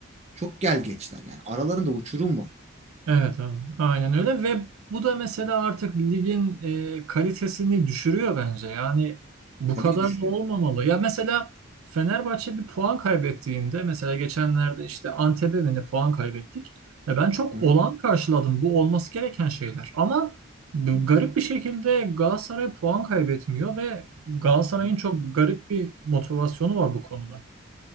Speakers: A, on the right; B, on the right.
A: Çok gel geçler yani. Aralarında uçurum var.
B: Evet abi, aynen öyle ve bu da mesela artık ligin e, kalitesini düşürüyor bence. Yani bu
A: Tabii
B: kadar
A: ki düşünüyorum.
B: da olmamalı. Ya mesela Fenerbahçe bir puan kaybettiğinde mesela geçenlerde işte Antep'e mi ne puan kaybettik. Ya ben çok
A: Hı-hı.
B: olağan karşıladım. Bu olması gereken şeyler. Ama bu
A: Tabii
B: garip
A: ki.
B: bir şekilde Galatasaray puan kaybetmiyor ve Galatasaray'ın
A: Hı-hı.
B: çok garip bir motivasyonu var bu konuda.